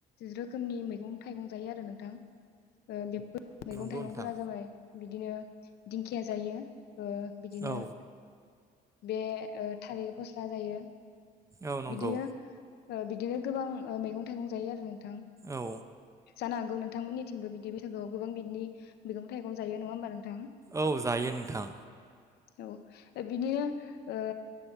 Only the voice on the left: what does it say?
रोखोमनि मैगं थाइगं जायो आरो नोंथां ओ बेफो र मैगं
थाइगंफोरा
जाबाय बिदिनो दिंखिया जायो ओ बिदिनो
बे ओ थालिर फस्ला जायो।
बिदिनो ओ बिदिनो गोबां ओ मैगं थाइगं जायो आरो जों थां
जानो हागौ नों थांमोननिथिंबो बिदि बैसागोआव गोबां बिदिनि मैगं थाइं जायो नङा होमबा नोंथां।
औ बिदिनो ओ